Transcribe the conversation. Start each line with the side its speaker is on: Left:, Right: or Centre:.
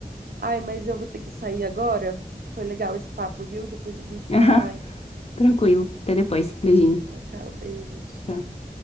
Right: Ai, mas eu vou ter que sair agora. Foi legal esse papo, viu? Depois
Left: <laughs>
Right: a gente fala
Left: Aham,
Right: mais.
Left: tranquilo. Até depois. Beijinho.
Right: Tchau, tchau, beijos.
Left: Tchau.